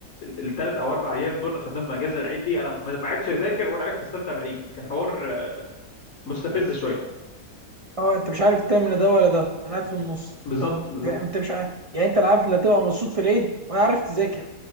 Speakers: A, on the left (about 60°); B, on the right (about 50°).
A: الثلاث او اربع ايام دول اللي خدناهم اجازه العيد دي انا ما ما عرفتش اذاكر ولا عرفت استمتع بالعيد فكان حوار آه، مستفز شويه
B: اه انت مش عارف تعمل ده ولا ده انا قاعد في النص
A: بالظبط
B: طب
A: بالظبط
B: انت مش عارف يعني انت لا عارف لا تبقى مبسوط في العيد ولا عارف تذاكر